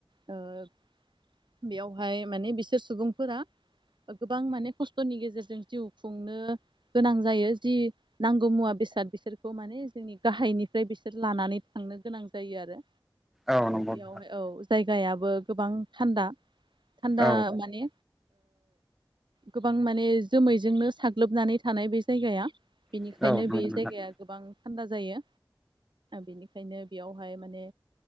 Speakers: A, on the right; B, in the centre.
A: बेयावहाय माने बिसोर सुबुंफोरा गोबां माने खस्थ'नि गेजेरजों जिउ खुंनो गोनां जायो जि नांगौ मुवा बे बेसाद बिसोरखौ माने जोंनि गाहायनिफ्राय बिसोर लानानै थांनो गोनां जायो आरो
B: औ नंगौ
A: बेयावहाय
B: नोंथां
A: औ जायगायाबो गोबां थान्दा थान्दा
B: औ
A: माने गोबां माने जोमैजोंनो साग्लोबनानै थानाय बे जायगाया बेनिखायनो
B: औ नंगौ
A: बे
B: नोंथां
A: जायगाया गोबां थान्दा जायो बेनिखायनो बेयावहाय माने